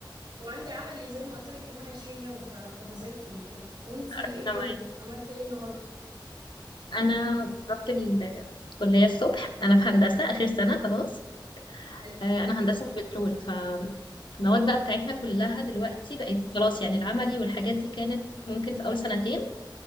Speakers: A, on the right (about 80°); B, on the left (about 70°).
A: وعندي عملي زي ما قلت لك كمان 20 يوم ف... فبذاكر وكده وانتي
B: انا
A: ايه الدنيا
B: معاك
A: عملتي ايه النهاردة
B: انا رحت ال- الكليه الصبح انا في هندسه اخر سنه خلاص
A: حلو
B: آه، انا هندسه بترول فالمواد بقى بتاعتنا كلها دلوقتي بقت خلاص يعني العملي والحاجات دي كانت ممكن في اول سنتين